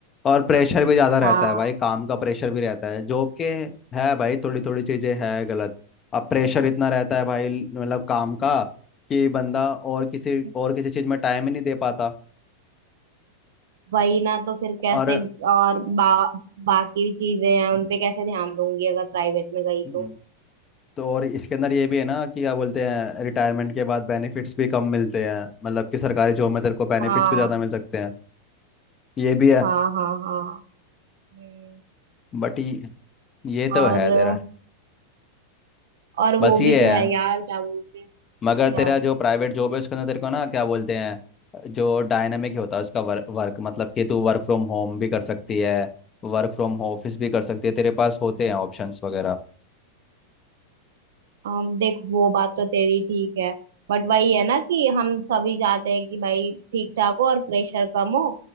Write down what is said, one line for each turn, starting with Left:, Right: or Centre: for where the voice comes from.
Left: और प्रेशर भी ज़्यादा रहता
Right: हाँ
Left: है भाई काम का प्रेशर भी रहता है जॉब के है भाई थोड़ी थोड़ी चीज़ें है गलत अब प्रेशर इतना रहता है भाई मतलब काम का कि बंदा और
Right: हम्म।
Left: किसी और किसी चीज़ में टाइम ही नहीं दे पाता
Right: वही ना तो फिर कैसे
Left: और
Right: और बा, बाकी चीजें हैं उनपे कैसे ध्यान दूंगी अगर प्राइवेट में गई
Left: हम्म,
Right: तो
Left: तो और इसके अंदर ये भी है ना कि क्या बोलते हैं रिटायरमेंट के बाद बेनिफिट्स भी कम मिलते हैं मतलब कि सरकारी जॉब में तेरे को बेनिफिट्स
Right: हाँ
Left: भी ज़्यादा मिल सकते हैं ये भी है
Right: हाँ हाँ हाँ हम्म
Left: बट ये ये
Right: और
Left: तो है तेरा
Right: और
Left: बस
Right: वो
Left: ये
Right: भी तो
Left: है
Right: है यार क्या बोलते हैं
Left: मगर
Right: क्या
Left: तेरा जो प्राइवेट जॉब है उसके अंदर तेरे को ना क्या बोलते हैं जो डायनामिक होता है उसका वर्क वर्क मतलब कि तू वर्क फ्रॉम होम भी कर सकती है वर्क फ्रॉम ऑफिस भी कर सकती है तेरे पास होते हैं ऑप्शंस वगैरह
Right: अम, देख वो बात तो तेरी ठीक है बट वही है ना कि हम सभी चाहते हैं कि भाई ठीक ठाक हो और प्रेशर कम हो